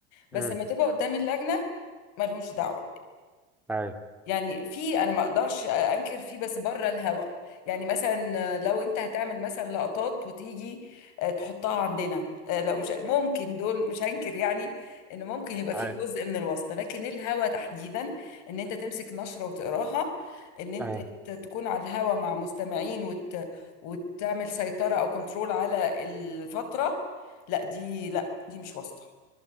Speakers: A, on the left (about 65°); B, in the centre.
A: بس
B: مم.
A: لما تبقى قدام اللجنه مالهمش دعوه
B: أيوه
A: يعني في انا ما اقدرش انكر فيه بس بره الهوا يعني مثلا لو انت هتعمل مثلا لقطات وتيجي آه، تحطها عندنا آه، لو مش ممكن دول مش هنكر يعني ان ممكن يبقى فيه
B: أيوه
A: جزء من الواسطة لكن الهوا تحديدا ان انت تمسك نشرة وتقراها ان انت
B: أيوه
A: ت- تكون على الهوا مع مستمعين وت... وتعمل سيطرة او كنترول على الفترة لا دي لا دي مش واسطة